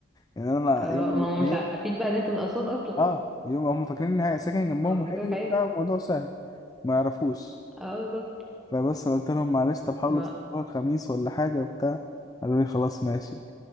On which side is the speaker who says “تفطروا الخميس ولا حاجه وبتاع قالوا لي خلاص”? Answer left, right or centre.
Left